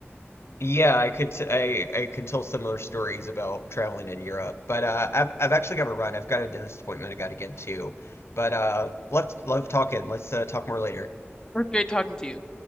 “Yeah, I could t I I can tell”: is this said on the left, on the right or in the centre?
Left